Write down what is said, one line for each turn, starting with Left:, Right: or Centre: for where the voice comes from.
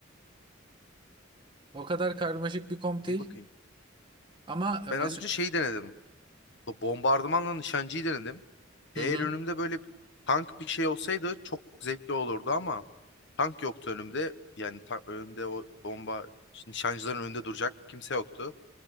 Right: O kadar karmaşık bir komp değil.
Left: iyi bakayım.
Right: Ama
Left: Ben
Right: mesela
Left: az önce şeyi denedim. Bu Bombardımanla nişancıyı denedim.
Right: hı
Left: Eğer
Right: hı.
Left: önümde böyle tank bir şey olsaydı çok zevkli olurdu ama tank yoktu önümde. Yani ta önümde o bomba nişancıların önünde duracak kimse yoktu.